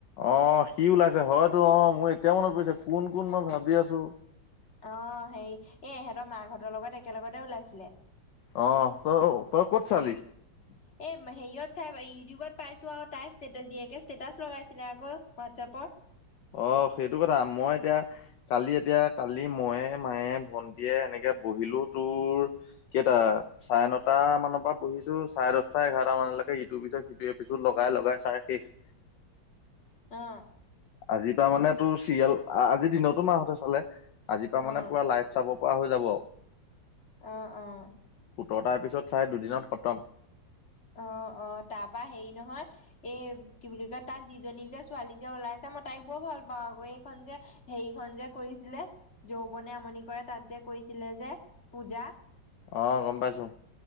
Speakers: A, on the left; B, on the left.
A: অ' সি ওলাইছে হয়তো অ' মোৰ এতিয়া মনত পৰিছে কোন কোন মই ভাবি আছো।
B: অ' হেৰি এ ইহেঁতৰ মাকহঁতৰ লগত একেলগতে ওলাইছিলে।
A: অ' তই তই ক'ত চালি
B: <unintelligible> এই হেৰিয়ত চাই ইউটিউবত পাইছোঁ আৱ তাই জীয়েকে ষ্টেটাচ লগাইছিলে আক হোৱাটছপত।
A: অ' সেইটো কথা মই এতিয়া কালি এতিয়া কালি মইয়ে মায়ে ভন্টিয়ে এনেকে বহিলো তোৰ কেইটা? চাৰে নটা মানৰ পৰা পঢ়িছোঁ। চাৰে দহটা এঘাৰটা মানলৈকে ইটোৰ পিছত সিটো এপিষদ লগাই লগাই চাই শেষ।
B: অ।
A: আজিৰ পৰা মানে টো চিৰিয়েল, আজি দিনতো মাহতে চালে। আজি পৰা
B: অ',
A: মানে পুৰা লাইফ চাব পৰা হৈ যাব আ‌ৱ।
B: অ', অ'।
A: সোতৰটা এপিছত চাই দুদিনত খতম।
B: অ', অ' তাৰ পা হেৰি নহয়। এ কি বুলি কয়, তাত যিজনী যে ছোৱালী যে ওলাই আছে, মই তাইক বৰ ভাল পাওঁ আকৌ এইখন যে। হেৰিখন যে কৰিছিলে, যৌৱনে আমনি কৰে তাত যে কৈছিলে যে, পূজা?
A: অ' গম পাইছো।